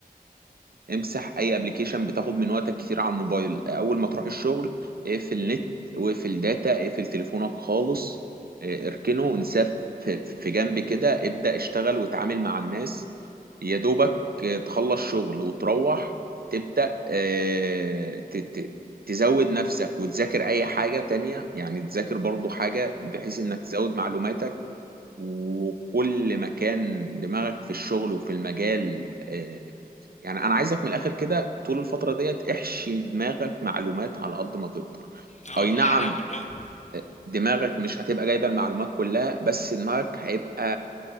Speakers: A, on the right; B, on the left.
A: امسح اي ابلكيشن بتاخد من وقتك كتير على الموبايل اول ما تروح الشغل اقفل نت واقفل داتا اقفل تليفونك خالص اه، اركنه انساه في في جنب كده ابدأ اشتغل وتعامل مع الناس يا دوبك اه، تخلص شغل وتروح تبدأ اه، ت- ت- تزود نفسك وتذاكر اي حاجة تانية يعني تذاكر برضو حاجة بحيث انك تزود معلوماتك وكل ما كان دماغك في الشغل وفي المجال آه، يعني انا عايزك من الاخر كده طول الفتره ديت احشي دماغك معلومات على قد ما تقدر
B: اه
A: اي نعم
B: هحاول اه
A: دماغك مش هتبقى جايبه المعلومات كلها بس دماغك هيبقى